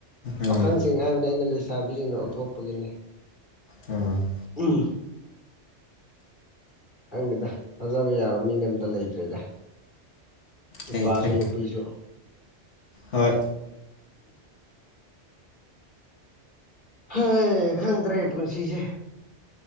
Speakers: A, on the left; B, on the left.
A: ꯎꯝ
B: ꯄꯥꯈꯪꯁꯤꯡ ꯍꯥꯏꯕꯅꯤ ꯑꯩꯅ ꯂꯩꯁꯤ ꯂꯩꯥꯕꯤꯁꯤꯡꯅ ꯑꯣꯟꯊꯣꯛꯄꯒꯤꯅꯤ
A: ꯎꯝ <unintelligible>
B: ꯎ <unintelligible> <inaudible> ꯈꯪꯗꯦꯗ ꯊꯥꯖꯕ ꯌꯥꯕ ꯃꯤꯅꯦ ꯑꯝꯇ ꯂꯩꯇ꯭ꯔꯦꯗ ꯅꯨꯄꯥꯁꯨ
A: ꯂꯩꯇ꯭ꯔꯦ
B: ꯅꯨꯄꯤꯁꯨ
A: ꯍꯣꯏ
B: ꯍ ꯈꯪꯗ꯭ꯔꯦ ꯄꯨꯟꯁꯤꯁꯦ